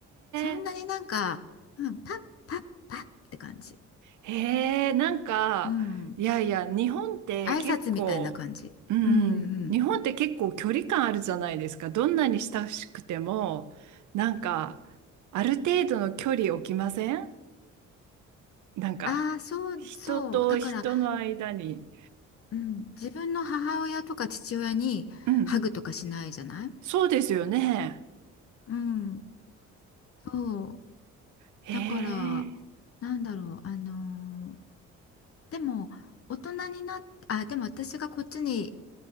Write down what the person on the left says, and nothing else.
そんなになんか、
うん、パッパッパッって感じ。
うん。
挨拶みたいな感じ。
うんうんうん。
ああ、そうそう。
だから、うん、自分の母親とか父親にハグとかしないじゃない
うん。そう。
だからなんだろうあのーでも大人になっあでも私がこっちに